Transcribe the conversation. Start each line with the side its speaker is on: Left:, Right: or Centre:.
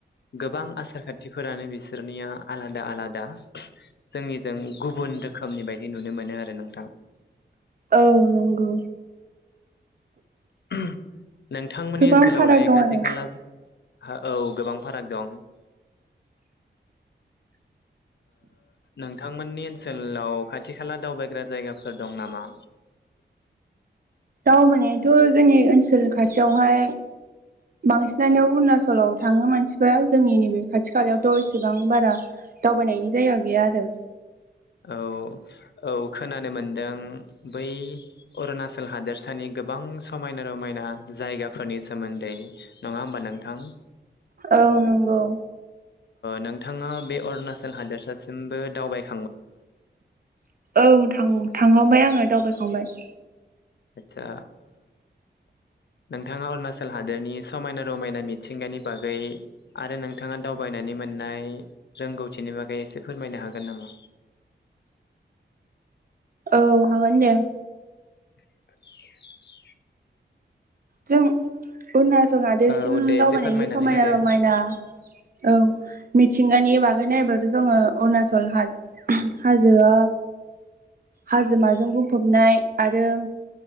Left: गोबां आसार खान्थिफोरानो बिसोरनिया आलादा आलादा जोंनिजों गुबुन रोखोमनि बायदि नुनो मोनो आरो नोंथां।
Right: औ नंगौ।
Left: ओम। नोंथांमोननि
Right: गोबां
Left: ओनसोलावलाय
Right: फाराग दं
Left: खाथि
Right: आरो
Left: खाला औ गोबां फाराग दं नोंथांमोननि ओनसोलाव खाथि खाला दावबायग्रा जायगाफोर दं नामा?
Right: दावबायनायाथ' जोंनि ओनसोल खाथियावहाय बांसिनानो अरुणाचलाव थाङो मानसिफोरा जोंनि नैबे खाथि खालायावथ' इसेबां बारा दावबायनायनि जायगा गैया आरो।
Left: औ औ खोनानो मोनदों बै अरुणाचल हादोरसानि गोबां समायना रमायना जायगाफोरनि सोमोन्दै नङा होमबा नोंथां?
Right: औ नंगौ।
Left: नोंथाङा बे अरुणाचल हादोरसासिमबो दावबाय
Right: औ थांखांबाय आङो दावबायखांबाय। <inaudible>
Left: आथसा नोंथाङा अरुणाचल हादोरनि समायना रमायना मिथिंगानि बागै आरो नोंथाङा दावबायनानै मोननाय रोंगौथिनि बागै एसे फोरमायनो हागोन नाम?
Right: औ हागोन दे।
Left: <inaudible>
Right: जों अरुनाचल हादोरसिम
Left: औ दे
Right: दावबायनायनि
Left: एसे फोरमायनानै
Right: समायना
Left: होदो
Right: रमायना औ। मिथिंगानि बागै नायोब्लाथ' जोङो अरुणचल हाजोआ हाजोमाजों बुंफबनाय आरो।